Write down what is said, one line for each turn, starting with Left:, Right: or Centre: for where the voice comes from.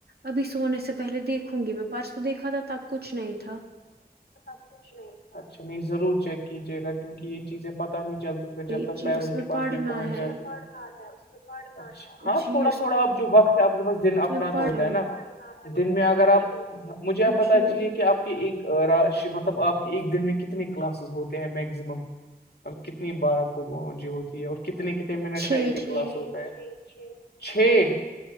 Right: ابھی سونے سے پہلے دیکھوں گی میں پرارسو دیک دیکھا تھا تب کچھ نہیں تھا
Left: اچھا نہیں ضرور چیک کیجے گا کیونکہ یہ چیزیں پت نہیں جلدی جب
Right: جی
Left: تک
Right: جی
Left: پیروں
Right: اس میں
Left: کے پاس
Right: پڑھنا
Left: بھی پہنچ
Right: ہے
Left: جاتی ہوں اچ ہاں
Right: جی
Left: تھوڑا
Right: اس
Left: تھوڑا اب جو وقت آپ کے پاس دن اپنا
Right: میں پڑھے
Left: تو ہوتا ہے نا دن میں اگر آپ مجھے آپ بتا
Right: جی
Left: دیجیے کہ آپ ایک راش مطلب آپ کے ایک دن میں کتنے کلاسز ہوتے ہیں میکزمم اور کتنی بار آپ کو باؤنڈری ہوتی ہے اور کتنے کتنے منٹ
Right: چھ
Left: کا ایک ایک
Right: چھ
Left: کلاس ہوتا ہے چھ